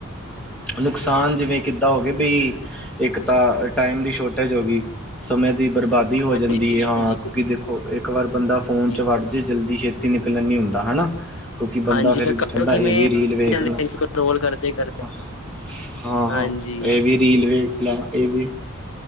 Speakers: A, in the centre; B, on the left.
A: ਨੁਕਸਾਨ ਜਿਵੇਂ ਕਿ <unintelligible> ਇੱਕ ਤਾਂ ਟਾਈਮ ਦੀ ਸ਼ੋਟੇਜ ਹੋ ਗਈ, ਸਮੇਂ ਦੀ ਬਰਬਾਦੀ <unintelligible> ਹਾਂ
B: ਹਾਂਜੀ ਹਾਂਜੀ
A: ਕੂਕਿ ਦੇ ਵੇਖੋ ਏਕ ਵਾਰ ਬੰਦਾ ਫੋਨ ਚ
B: ਹਾਂਜੀ
A: ਵੱੜ ਜੇ, ਜਲਦੀ ਛੇਤੀ ਨਿਕਲਣ ਨੀ ਹੁੰਦਾ ਹਨਾ। ਕੋਕਿ ਬੰਦਾ
B: ਹਾਂਜੀ
A: ਫੇਰ
B: ਫਿਰ ਕਰੋ
A: ਕੈਂਦਾ,
B: ਕਿਵੇਂ
A: ਏ ਵੀ ਰੀਲ ਵੇਖ
B: ਜਲਦੀ
A: ਲੋ
B: ਇਸ ਰੋਲ ਕਰਦੇ ਕਰ
A: ਹਾਂ, ਆ
B: ਹਾਂਜੀ
A: ਏ ਵੀ ਰੀਲ ਵੇਖ ਲਾਂ ਏ ਵੀ